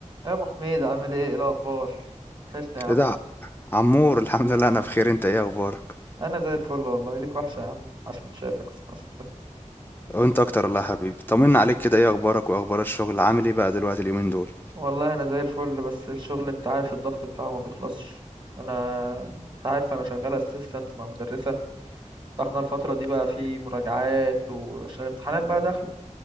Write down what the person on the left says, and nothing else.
ايه ده عمور الحمد لله انا بخير انت ايه اخبارك
وانت اكتر والله يا حبيبي طمنا عليك كده ايه اخبارك واخبار الشغل عامل ايه بقى دلوقتي اليومين دول